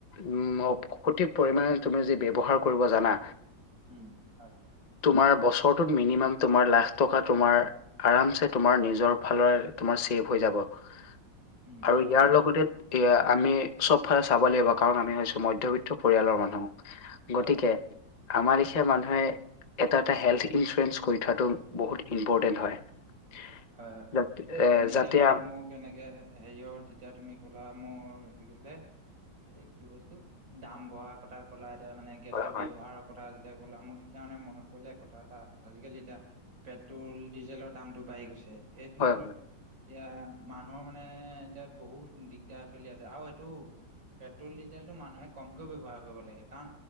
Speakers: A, on the left (about 70°); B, on the right (about 85°).
A: উম, সঠিক পৰিমাণে তুমি যদি ব্যৱহাৰ কৰিব জানা।
B: উম, হয়
A: তোমাৰ বছৰ মিনিমাম লাখ টকা তোমাৰ আৰামচে তোমাৰ নিজৰ ফালৰ চেভ হৈ যাব। আৰু
B: উম
A: ইয়াৰ
B: হয় হয়
A: লগতে এয়া আমি চবফালে চাব লাগিব কাৰণ আমিছোঁ মধ্যবিত্ত পৰিয়ালৰ মানুহ
B: হয়
A: গতিকে
B: হয়
A: আমাৰ এখয়া মানুহে এটা, এটা হেল্থ ইঞ্চুৰেঞ্চ কৰি থোৱাটো বহুত ইম্পৰটেণ্ট হয়।
B: হয়-হয়
A: যাতে এ,
B: তুমি এতিয়া
A: যাতে
B: মোক কেনেকে হেৰিয়ত যেতিয়া তুমি ক'লা মোৰ ঠিক আছিলে, এই কি বস্তু দাম বঢ়া কথা কলা এতিয়া মানে গেছৰ
A: হয় হয়
B: ব্যৱহাৰৰ কথা এতিয়া গ'লো মোৰ তেতিয়া মানে মনত পৰিলে কথা এটা আজিকালি এতিয়া পেট্ৰল ডিজেলৰ দামটোঢ়ি গৈছে সেইটো
A: হয়
B: ফলত এতিয়া মানুহৰ মানে এতিয়া বহুত দিগদাৰ চলি আছে আৰু সেইটো পেট্ৰল, ডিজেলটো মানুহে কমকে ব্যৱহাৰ কৰিব লাগে কাৰণ